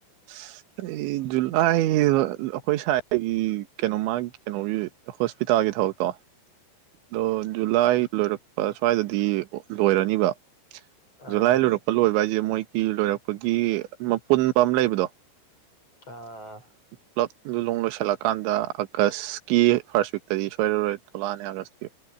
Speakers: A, on the right; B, on the left.
A: ꯎ <unintelligible> ꯑꯩ ꯖꯨꯂꯥꯏ ꯑꯩꯈꯣꯏ ꯁ꯭ꯋꯥꯏꯒꯤ ꯀꯩꯅꯣ ꯃꯥꯒꯤ ꯀꯩꯅꯣꯒꯤ ꯍꯣꯁꯄꯤꯇꯥꯜꯒꯤ ꯊꯕꯛꯇꯣ ꯑꯗꯣ ꯖꯨꯂꯥꯏ
B: ꯑꯥ
A: ꯂꯣꯏꯔꯛꯄ ꯁ꯭ꯋꯥꯏꯗꯗꯤ ꯂꯣꯏꯔꯅꯤꯕ
B: ꯑꯥ
A: ꯖꯨꯂꯥꯏ ꯂꯣꯏꯔꯛꯄ ꯂꯣꯏꯕ ꯍꯥꯏꯁꯦ ꯃꯣꯏꯒꯤ ꯂꯣꯏꯔꯛꯄꯒꯤ ꯃꯄꯨꯟ ꯂꯩꯕꯗꯣ
B: ꯑꯥ
A: ꯄꯨꯂꯞꯂꯣꯡ <unintelligible> ꯂꯣꯏꯁꯤꯜꯂꯀꯥꯟꯗ ꯑꯥꯒꯁꯀꯤ ꯐꯥꯔꯁꯠ ꯋꯤꯛꯇꯗꯤ ꯁꯣꯏꯔꯔꯣꯏ ꯊꯣꯛꯂꯛꯑꯅꯤ ꯑꯥꯁꯀꯤ